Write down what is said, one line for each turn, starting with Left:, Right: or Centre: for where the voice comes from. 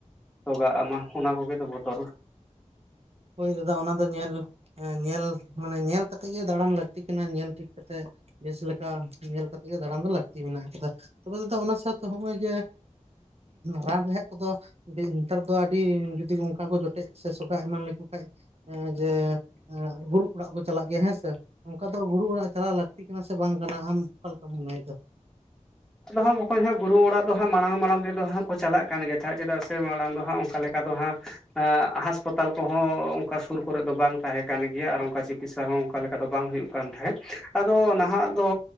Centre: ᱥᱚᱜᱟᱜ ᱟᱢᱟ ᱚᱱᱟ ᱠᱚᱜᱮ ᱛᱚ ᱵᱚᱛᱚᱨ
Right: ᱦᱩᱭ ᱫᱟ ᱚᱱᱟ ᱫᱚ ᱧᱮᱞ ᱧᱮᱞ ᱢᱟᱱᱮ ᱧᱮᱞ ᱠᱟᱛᱮ ᱜᱮ ᱫᱟᱬᱟᱱ ᱞᱟᱹᱠᱛᱤ ᱠᱟᱱᱟ ᱧᱮᱞ ᱴᱷᱤᱠ ᱠᱟᱛᱮ ᱵᱮᱥ ᱞᱮᱠᱟ ᱧᱮᱞ ᱠᱟᱛᱮ ᱫᱟᱬᱟᱱ ᱫᱚ ᱞᱟᱹᱠᱛᱤ ᱢᱮᱱᱟᱜ ᱟᱠᱟᱫᱟ ᱛᱚᱵᱮ ᱫᱟᱫᱟ ᱚᱱᱟ ᱥᱟᱶᱛᱮ ᱱᱚᱜᱼᱚᱭ ᱡᱮ ᱨᱟᱱ ᱨᱮᱦᱮᱫ ᱠᱚᱫᱚ ᱱᱮᱛᱟᱨ ᱫᱚ ᱟᱹᱰᱤ ᱡᱩᱫᱤ ᱚᱱᱠᱟ ᱠᱚ ᱡᱚᱴᱮᱫ ᱥᱮ ᱥᱚᱜᱟ ᱮᱢᱟᱱ ᱞᱮᱠᱚ ᱠᱷᱟᱱ ᱡᱮ ᱵᱩᱨᱩᱜ ᱚᱲᱟᱜ ᱠᱚ ᱪᱟᱞᱟᱜ ᱜᱮᱭᱟ ᱦᱮᱸ ᱥᱮ ᱚᱱᱠᱟ ᱫᱚ ᱜᱩᱨᱩ ᱚᱲᱟᱜ ᱪᱟᱞᱟᱣ ᱞᱟᱹᱠᱛᱤ ᱠᱟᱱᱟ ᱥᱮ ᱵᱟᱝ ᱠᱟᱱᱟ ᱟᱢ ᱚᱠᱟ ᱞᱮᱠᱟᱢ ᱢᱚᱱᱮᱭᱮᱫᱟ?
Centre: ᱟᱫᱚ ᱦᱟᱸᱜ ᱵᱟᱠᱚᱧ ᱦᱟᱸᱜ ᱵᱩᱨᱩ ᱚᱲᱟᱜ ᱫᱚ ᱦᱟᱸᱜ ᱢᱟᱲᱟᱝ ᱢᱟᱲᱟᱝ ᱛᱮᱫᱚᱟᱸᱜ ᱠᱚ ᱪᱟᱞᱟᱜ ᱠᱟᱱ ᱜᱮᱭᱟ ᱛᱟᱦᱮᱸ ᱪᱮᱫᱟᱜ ᱥᱮ ᱢᱟᱲᱟᱝ ᱫᱚ ᱦᱟᱸᱜ ᱚᱱᱠᱟ ᱞᱮᱠᱟ ᱫᱚ ᱦᱟᱸᱜ ᱦᱟᱥᱯᱟᱛᱟᱞ ᱦᱟᱥᱯᱟᱛᱟᱞ ᱠᱚᱦᱚᱸ ᱚᱱᱠᱟ ᱥᱩᱨ ᱠᱚᱨᱮᱜ ᱫᱚ ᱵᱟᱝ ᱛᱟᱦᱮᱸ ᱠᱟᱱ ᱜᱮᱭᱟ ᱟᱨ ᱚᱱᱠᱟ ᱪᱤᱠᱤᱛᱥᱟ ᱦᱚᱸ ᱚᱱᱠᱟ ᱞᱮᱠᱟ ᱫᱚ ᱵᱟᱝ ᱦᱩᱭᱩᱜ ᱠᱟᱱ ᱛᱟᱦᱮᱸᱫ ᱟᱫᱚ ᱱᱟᱦᱟᱜ ᱫᱚ